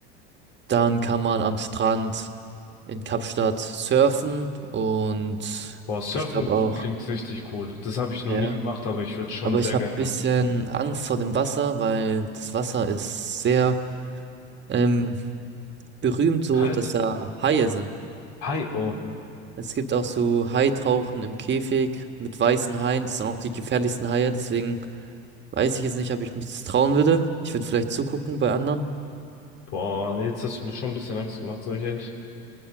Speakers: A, on the right (about 35°); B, on the left (about 60°).
A: Dann kann man am Strand in Kapstadt surfen und
B: Boah, Surfen
A: ich glaube auch,
B: klingt richtig cool. Das habe ich noch
A: ja.
B: nie gemacht, aber ich würde schon
A: Aber
B: sehr
A: ich habe
B: gerne
A: ein
B: machen.
A: bisschen Angst vor dem Wasser, weil das Wasser ist sehr ähm, berühmt so,
B: Kalt?
A: dass da Haie
B: Ja.
A: sind.
B: Hi, oh.
A: Es gibt auch so Haitauchen im Käfig mit weißen Haien. Das sind auch die gefährlichsten Haie. Deswegen weiß ich jetzt nicht, ob ich mich das trauen würde. Ich würde vielleicht zugucken bei anderen.
B: Boah, jetzt hast du mir schon ein bisschen Angst gemacht, sag ich ehrlich.